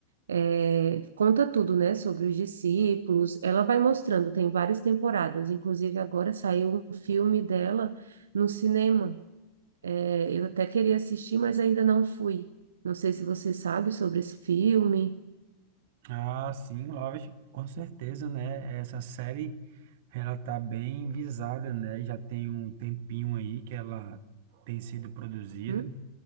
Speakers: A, on the right; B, on the right.
A: É, conta tudo, né, sobre os discípulos. Ela vai mostrando, tem várias temporadas. Inclusive, agora saiu um filme dela no cinema. É, eu até queria assistir, mas ainda não fui. Não sei se você sabe sobre esse filme.
B: Ah, sim, lógico, com certeza, né? Essa série, ela tá bem visada, né? Já tem um tempinho aí que ela tem sido produzida.
A: Hum?